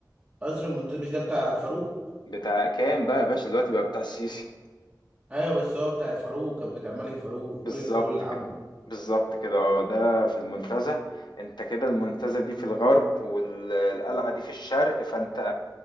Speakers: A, on the right; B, on the left.
A: قصر المنتزه مش ده بتاع فاروق
B: بتاع كام بقى يا باشا دلوقتي بقى بتاع السيسي
A: ايوه بس هو بتاع فاروق كان بتاع ملك فاروق
B: بالظبط
A: ملك فاروق اللي
B: كده
A: عامله
B: بالظبط كده اه ده في المنتزه انت كده المنتزه دي في الغرب والقلعه دي في الشرق فانت